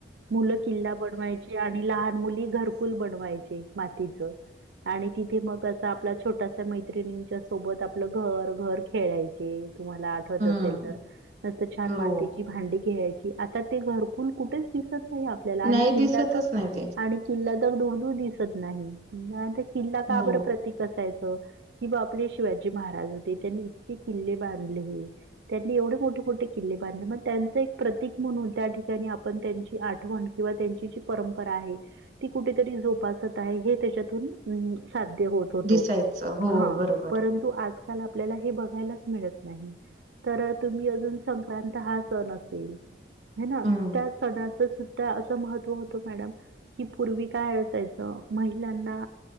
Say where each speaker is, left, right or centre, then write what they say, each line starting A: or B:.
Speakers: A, on the right (about 75°); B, on the right (about 40°).
A: मुलं किल्ला बनवायचे आणि लहान मुली घरकुल बनवायचे मातीच- आणि तिथे मग असं आपल्या छोटाश्या मैत्रिणींच्या सोबत आपलं घर घर खेळायचं. तुम्हाला आठत
B: हम्म
A: असेल तर नर छान
B: हो
A: मातीची भांडी खेळायची ते आता ते घरकुल कुठेच दिसत नाही आपल्याला आणि
B: नाही दिसतच
A: किल्ला तर
B: नाही ते
A: आणि- किल्ला तर दुर, दुर दिसत नाही तर किल्ला
B: हो
A: का बर प्रतीक असायचा- कि बा आपले शिवाजी महाराज होते त्यांनी इतके किल्ले बांधले- त्यांनी एवढे मोठे मोठे किल्ले बांधले मग त्यांचं एक प्रतीक म्हणून त्या ठिकाणी आपण त्यांची आठवण- किंवा त्यांची जी परंपरा आहे- ती कुठेतरी जोपासत आहे हे त्याच्यातून साध्य होत
B: दिसायचं हो
A: ह
B: बरोबर
A: परंतु आजकाल आपल्याला हे बघायला त नाही तर तुम्ही अजून संक्रांत हा सण असेल ह ना
B: हम्म
A: त्या सणाचं सुद्धा असं महत्त्व होतं मॅडम कि पूर्वी काय असायचं महिलांना